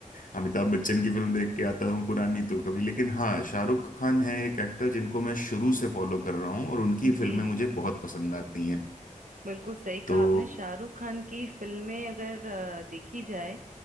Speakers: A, on the left; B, on the right.
A: अमिताभ बच्चन की फिल्म देख के आता हूँ पुरानी तो कभी लेकिन हाँ शाहरुख खान है एक एक्टर जिनको मैं शुरू से फॉलो कर रहा हूँ और उनकी
B: जी
A: फिल्में मुझे बहुत पसंद आती हैं
B: बिल्कुल सही कहा
A: तो
B: आपने शाहरुख खान की फिल्में अगर अ, देखी जाए